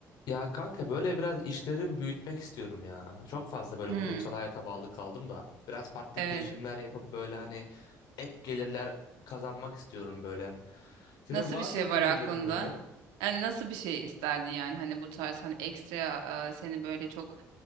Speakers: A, on the left; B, on the right.
A: Ya kanka böyle biraz işlerimi büyütmek istiyorum ya. Çok fazla böyle
B: Hmm,
A: kurumsal hayata bağlı kaldım da. Biraz farklı
B: evet.
A: girişimler yapıp böyle hani ek gelirler kazanmak istiyorum böyle. Senin
B: Nasıl
A: var
B: bir şey
A: mı fikirlerin
B: var aklında?
A: böyle?
B: Yani nasıl bir şey isterdin yani hani bu tarz hani ekstra e, seni böyle çok